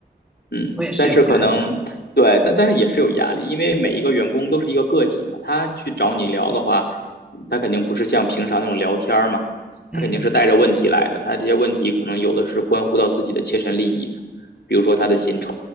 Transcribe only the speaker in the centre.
我也是有压力的，
嗯